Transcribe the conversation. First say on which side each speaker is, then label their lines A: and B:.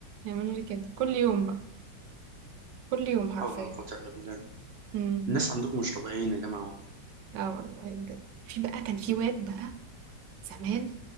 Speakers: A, on the right; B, on the right.
A: يعملوا لي كده كل يوم بقى كل يوم حرفيا
B: حول ولا قوة إلا بالله
A: امم
B: الناس عندكم مش طبيعيين يا جماعة والله
A: لا والله بجد في بقى كان في واد بقى زمان